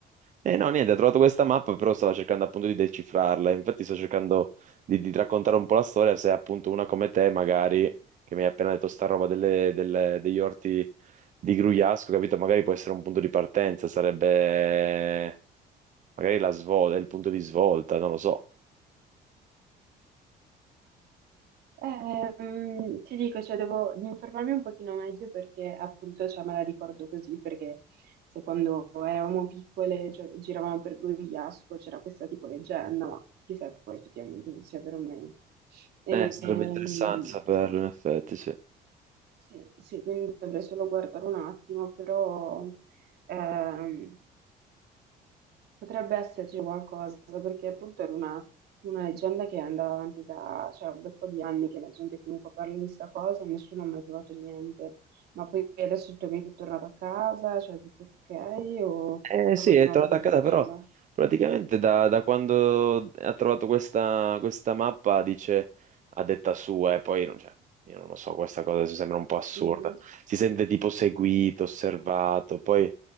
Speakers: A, on the right; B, on the right.
A: Eh no, niente, ho trovato questa mappa, però stavo cercando appunto di decifrarla. Infatti sto cercando di, di raccontare un po' la storia, se appunto una come te, magari, che mi hai appena detto sta roba delle- delle- degli orti di Grugliasco, capito? Magari può essere un punto di partenza, sarebbe magari la svolta, il punto di svolta, non lo so.
B: Ehm, ti dico, cioè, devo informarmi un pochino meglio perché appunto cioè, me la ricordo così, perché se quando eravamo piccole gio- giravamo per Gorigliasco c'era questa tipo leggenda, ma chissà poi effettivamente se sia vero o meno. Ehm,
A: Eh, sarebbe interessante saperlo,
B: quindi-
A: in effetti, sì.
B: sì, sì, quindi dovrei solo guardare un attimo, però ehm, Potrebbe esserci qualcosa, perché appunto era una, una leggenda che andava avanti da, cioè, un bel po' di anni che la gente comunque parla di sta cosa e nessuno ha mai trovato niente. Ma poi adesso il tuo amico è tornato a casa, cioè tutto ok, o
A: Eh
B: ha
A: sì,
B: continuato
A: è tornato
B: col
A: a casa,
B: suo giro?
A: però praticamente da, da quando ha trovato questa, questa mappa dice, a detta sua, e poi non- cioè, io non lo so, questa cosa mi sembra un po' assurda.
B: Mhm.
A: Si sente tipo seguito, osservato, poi